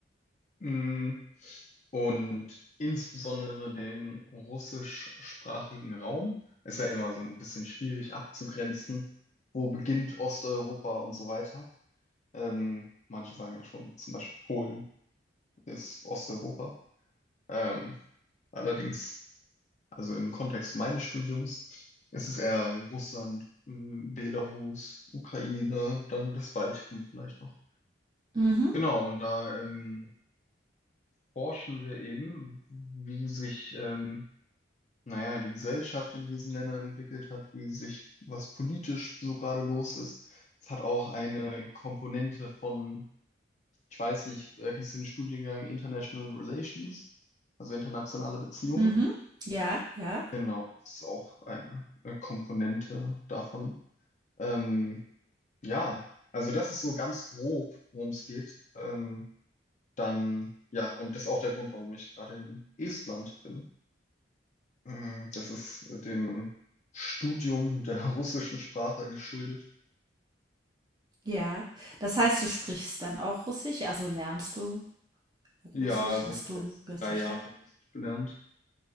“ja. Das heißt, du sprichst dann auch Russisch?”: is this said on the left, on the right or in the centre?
Right